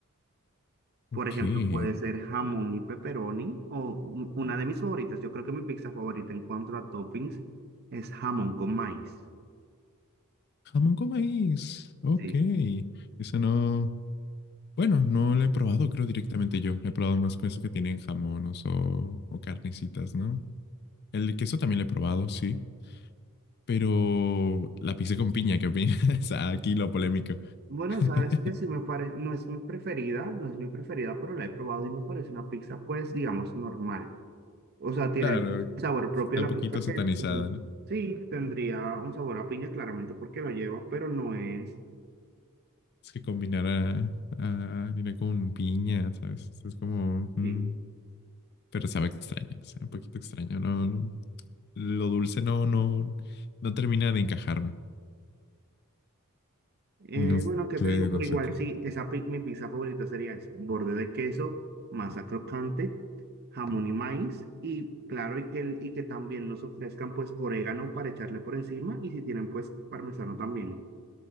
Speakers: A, on the right; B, on the left.
A: Por
B: Ok.
A: ejemplo, puede ser jamón y pepperoni, o un- una de mis favoritas. Yo creo que mi pizza favorita en cuanto a toppings es jamón con maíz.
B: Jamón con maíz. Ok.
A: Sí.
B: Esa no. Bueno, no la he probado, creo directamente yo. He probado más con eso que tienen jamones o, o carnecitas, ¿no? El queso también lo he probado, sí. Pero la pizza con piña, ¿qué opinas? <laughs> Aquí lo polémico.
A: Bueno,
B: <laughs>
A: sabes que sí me parece, no es mi preferida, no es mi preferida, pero la he probado y me parece una pizza, pues, digamos, normal. O sea, tiene
B: Claro,
A: pues, un sabor propio
B: está
A: a la
B: un poquito
A: pizza
B: satanizada,
A: que que ten-
B: ¿no?
A: sí tendría un sabor a piña, claramente, porque lo lleva, pero no es.
B: Es que combinar a, a harina con piña, ¿sabes? Es como... mm,
A: sí,
B: pero sabe extraño, no sé, un poquito extraño, ¿no? no, Lo dulce no, no, no termina de encajarme.
A: Eh,
B: No sé,
A: bueno, ¿qué te digo?
B: no
A: Pero
B: sé
A: igual,
B: tú.
A: sí, esa pi- mi pizza favorita sería eso. Borde de queso, masa crocante, jamón y maíz. Y claro, y que, el- y que también nos ofrezcan pues orégano para echarle por encima. Y si tienen pues parmesano también.